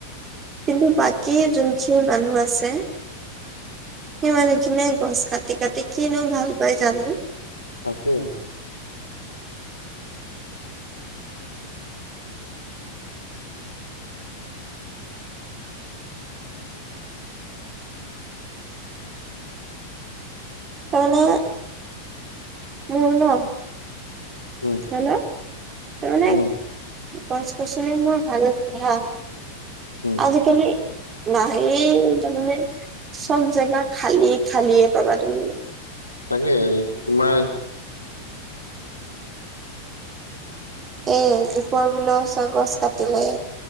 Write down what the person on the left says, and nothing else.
তাকে।
উম
উম
উম
তাকে তোমাৰ?